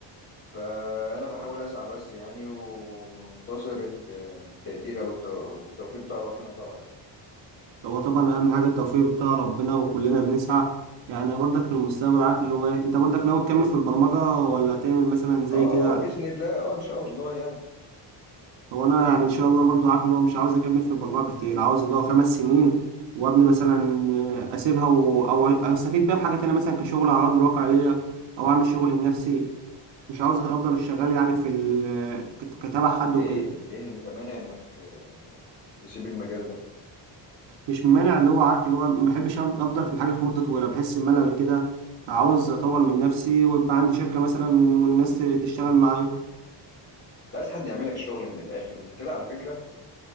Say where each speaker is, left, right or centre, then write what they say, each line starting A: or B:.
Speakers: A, on the left; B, on the right.
A: فانا بحاول اسعى بس يعني ومنتظر الت- التقدير او الت- والتوفيق بتاع ربنا طبعا يعني
B: هو طبعا اهم حاجه التوفيق بتاع ربنا وكلنا بنسعى يعني برضك في المستقبل عارف اللي هو ايه انت برضك ناوي تكمل في البرمجه ولا تعمل مثلا زي
A: اه
B: كده
A: اه باذن الله اه ان شاء الله يعني
B: هو انا يعني ان شاء الله برضو عارف ان هو مش عاوز اكمل في البرمجه كتير عاوز يضيع خمس سنين وابني مثلا اسيبها و... او أو استفيد بيها في حاجه تانية مثلا كشغل على ارض الواقع ليا او اعمل شغل لنفسي مش عاوز افضل شغال يعني في ال... كت- كتابع
A: طب
B: حد
A: ليه
B: وكده
A: ليه انت مانع انك آه، تسيب المجال ده
B: مش مانع اللي هو عارف اللي هو ما بحبش أف- افضل في الحاجه في مده طويله بحس بملل كده عاوز اطور من نفسي ويبقى عندي شركه مثلا والناس تشتغل معايا
A: انت عايز حد يعملك الشغل من الاخر انت كده على فكره